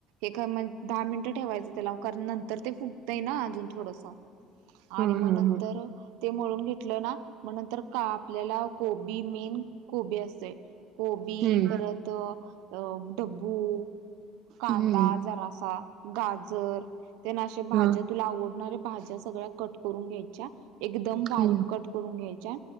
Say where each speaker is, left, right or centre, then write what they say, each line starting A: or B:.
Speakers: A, on the right (about 85°); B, on the right (about 50°).
A: एक मि दहा मिनिटं ठेवायचं त्याला. कारण नंतर ते फुगतंय ना अजून थोडसं.
B: हा
A: आणि
B: हा
A: मग नंतर
B: हा
A: ते मळून घेतलं ना, मग नंतर कापलेला कोबी मेन कोबी असतेय. कोबी
B: हम्म
A: परत ढब्बू, कांदा
B: हम्म
A: जरासा गाजर त्या ना आशा भाज्या,
B: हा
A: तुला आवडणाऱ्या भाज्या सगळ्या कट करून घ्यायच्या. एकदम बारीक
B: हम्म
A: कट करून घ्यायच्या.